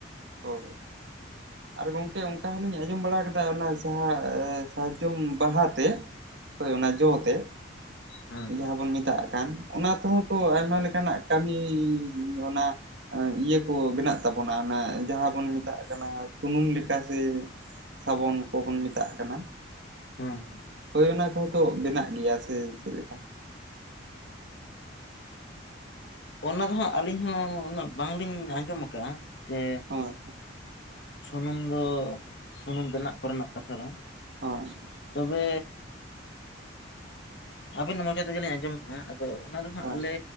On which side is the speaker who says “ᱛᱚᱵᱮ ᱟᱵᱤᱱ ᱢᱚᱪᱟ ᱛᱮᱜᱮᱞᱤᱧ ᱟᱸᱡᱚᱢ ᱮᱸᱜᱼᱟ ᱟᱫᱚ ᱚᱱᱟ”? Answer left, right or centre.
Left